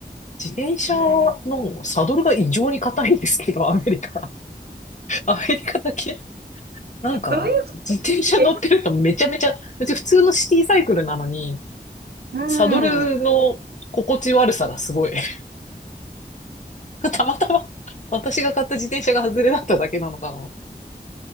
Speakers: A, on the left; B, on the right.
A: 自転車
B: うん。
A: のサドルが異常に硬いんですけど、<laughs> アメリカ。<laughs> アメリカだけ。なんか、
B: どういうことえ
A: 自転車乗ってるとめちゃめちゃ、うち普通のシティサイクルなのに、
B: うん。
A: サドルの心地悪さがすごい。<laughs> たまたま、私が買った自転車が外れだっただけなのかな。